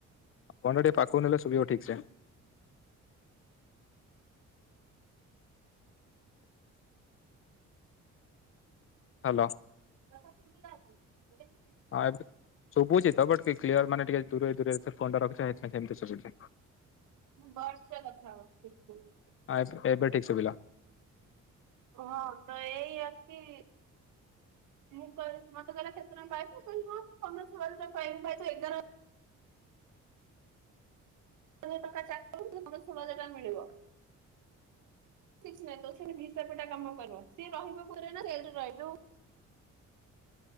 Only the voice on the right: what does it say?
<unintelligible> ଯୋଉଟା କି?
ମୁଁ ଭଲ ସେ କଥା ହଉଛି ସ୍କୁଲ୍ ରେ।
ହଁ ତ ଏଇ ଆସି ମୁଁ କହ ମତେ କହିଲେ କେତେ ଟଙ୍କା ପାଇବୁ, ମୁଁ କହିଲି ହଁ ପନ୍ଦର ଷୋଳ ହଜାର ଟଙ୍କା ପାଇବି। ନାଇଁ ତୁ ଏଗାର <unintelligible> ସେମାନେ। ମିଳିବ କିଛି ନାହିଁ <unintelligible> କାମ କରିବ ସିଏ ରହିବ ପରେ ନା ସେଠି ରହିବ ଯୋଉ <inaudible>